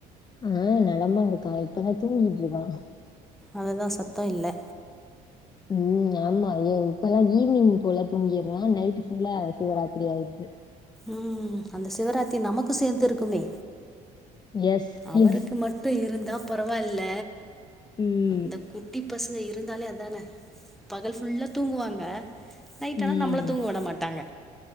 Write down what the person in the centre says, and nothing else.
அததான் சத்தம் இல்லை
ம் அந்த சிவராத்திரி நமக்கு சேர்ந்து இருக்குமே
அவருக்கு
மட்டும் இருந்தா பரவால்ல
இந்த குட்டி பசங்க இருந்தாலே அதானே பகல் ஃபுல்லா தூங்குவாங்க நைட் ஆனா
நம்மள தூங்க விட மாட்டாங்க